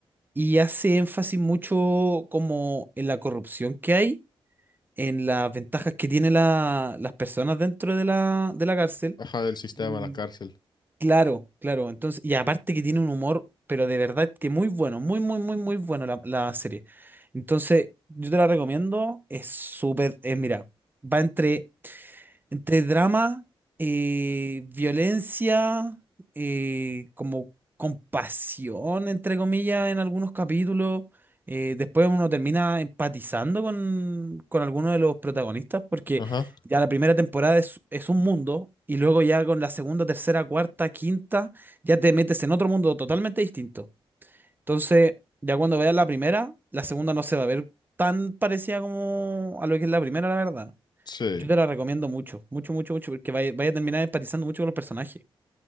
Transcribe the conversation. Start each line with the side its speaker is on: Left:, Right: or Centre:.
Right: y hace énfasis mucho como en la corrupción que hay, en las ventajas que tienen la- las personas dentro de la, de la cárcel.
Left: ajá, del sistema,
Right: Y
Left: la cárcel.
Right: claro, claro, entonces, y aparte que tiene un humor, pero de verdad que muy bueno, muy, muy, muy, muy bueno la, la serie. Entonces, yo te la recomiendo, es súper, eh, mira, va entre... Entre drama, eh, violencia, eh, como compasión, entre comillas, en algunos capítulos. Eh, después uno termina empatizando con, con alguno de los protagonistas, porque
Left: Ajá.
Right: ya la primera temporada es, es un mundo, y luego ya con la segunda, tercera, cuarta, quinta, ya te metes en otro mundo totalmente distinto. Entonces, ya cuando veas la primera, la segunda no se va a ver tan parecida como a lo que es la primera, la verdad.
Left: Sí.
Right: Yo te la recomiendo mucho, mucho, mucho, mucho, porque vaya, vaya a terminar empatizando mucho con los personajes.